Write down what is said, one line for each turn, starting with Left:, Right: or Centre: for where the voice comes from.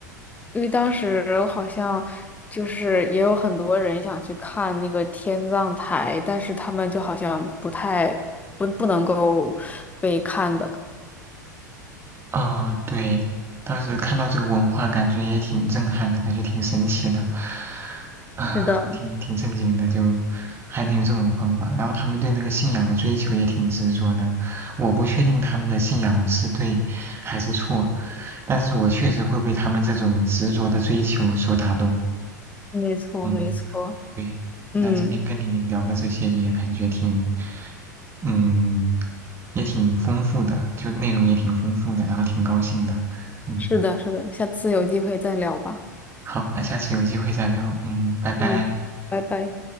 Left: 因为当时好像就是也有很多人想去看那个天葬台，但是他们就好像不太不不能够被看的。
Right: 啊，对，当时看到这个文化，感觉也挺震撼的，感觉挺神奇的，啊，
Left: 是的，
Right: 挺挺正经的，就还能有这种方法。然后他们对那个信仰的追求也挺执着的，我不确定他们的信仰是对还是错，但是我确实会被他们这种执着的追求所打动。
Left: 没错，
Right: 嗯。
Left: 没错。
Right: 对，那今天跟你聊的这些也感觉挺，
Left: 嗯，
Right: 嗯，也挺丰富的，就内容也挺丰富的，然后挺高兴的。嗯，
Left: 是的，是的，下次有机会再聊吧。
Right: 好，那下次有机会再聊。嗯，拜拜。
Left: 嗯，拜拜。